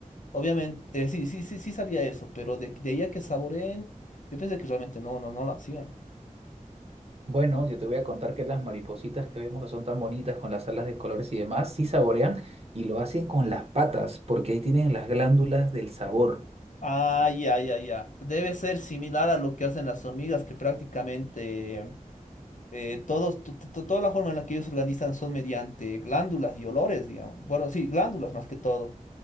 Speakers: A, on the left; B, on the right.
A: Obviamente, eh, sí, sí, sí, sí sabía eso, pero de, de ahí a que saboreen, yo pensé que realmente no, no, no lo hacían.
B: Bueno, yo te voy a contar que las maripositas que vemos que son tan bonitas con las alas de colores y demás, sí saborean y lo hacen con las patas, porque ahí tienen las glándulas del sabor.
A: Ah, ya, ya, ya. Debe ser similar a lo que hacen las hormigas, que prácticamente eh, todos, to- to- toda la forma en la que ellos se organizan son mediante glándulas y olores, digamos. Bueno, sí, glándulas más que todo.